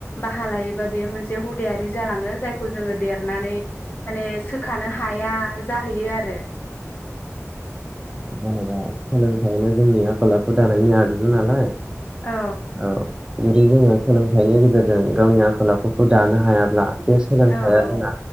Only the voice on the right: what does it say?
जेनेबा सोलोंथाइयानो जोंनि आखल आखु दानायनि आगजु नालाय।
औ <unintelligible> सोलोंथाइनि गेजेरजों गावनि आखल आखुखौ दानो हायाब्ला बे सोलोंथाइया
जोंना